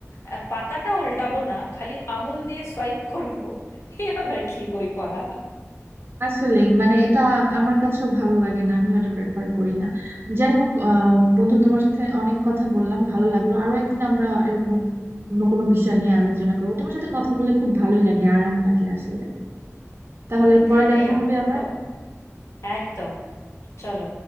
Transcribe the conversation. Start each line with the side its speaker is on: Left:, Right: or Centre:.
Left: আহ, পাতাটা উল্টাবো না খালি আঙুল দিয়ে সোয়াইপ করবো এ আবার কি বই পড়া
Right: আসলেই মানে এটা আমার কাছেও ভালো লাগে না আমি এটা প্রেফার করি না যাই হোক আহ, বন্ধু তোমার সাথে অনেক কথা বললাম ভালো লাগলো আরো একদিন আমরা এরকম অন্য কোনো বিষয় নিয়ে আলোচনা করবো তোমার সাথে কথা বলে খুব ভালোই লাগে আরাম লাগে আসলে তাহলে
Left: <laughs>
Right: পরে দেখা
Left: এই আমারও
Right: হবে আবার
Left: গো একদম চলো